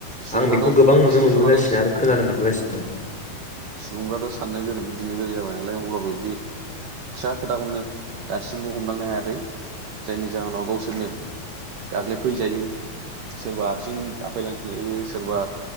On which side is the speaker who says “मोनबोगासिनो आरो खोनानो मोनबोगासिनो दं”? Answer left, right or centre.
Centre